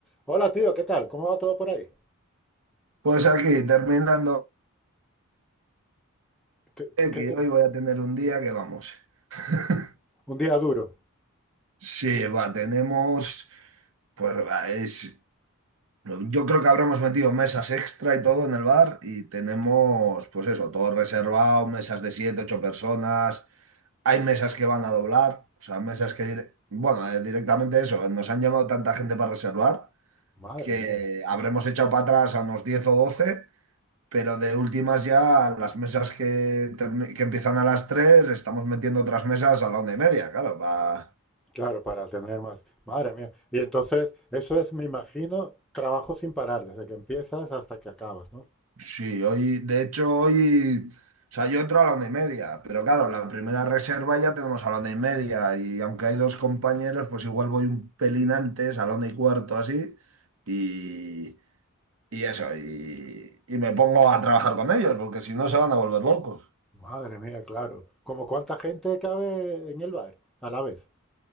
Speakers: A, in the centre; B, on the right.
A: Hola tío, ¿qué tal? ¿Cómo va todo por ahí?
B: Pues aquí, terminando,
A: ¿Qué-
B: eh,
A: qué
B: que
A: te-
B: hoy voy a tener un día que vamos. <laughs>
A: Un día duro.
B: Sí, va, tenemos, pues va, es, yo creo que habremos metido mesas extra y todo en el bar y tenemos, pues eso, todo reservado, mesas de siete, ocho personas, hay mesas que van a doblar, o sea, mesas que, dire- bueno, eh, directamente eso, nos han llamado tanta gente para reservar
A: Madre
B: que
A: mía.
B: habremos echado para atrás a unos 10 o 12. Pero de últimas ya, las mesas que, termi- que empiezan a las 3 estamos metiendo otras mesas a la una y media, claro. Va...
A: Claro, para tener más. Madre mía. Y entonces, eso es, me imagino, trabajo sin parar, desde que empiezas hasta que acabas, ¿no?
B: Sí, hoy, de hecho, hoy, o sea, yo entro a la una y media, pero claro, la primera reserva ya tenemos a la una y media, y aunque hay dos compañeros, pues igual voy un pelín antes, a la una y cuarto, así, y, y eso, y, y me pongo a trabajar con ellos, porque si no se van a volver locos.
A: Madre mía, claro. ¿Como cuánta gente cabe en el bar a la vez?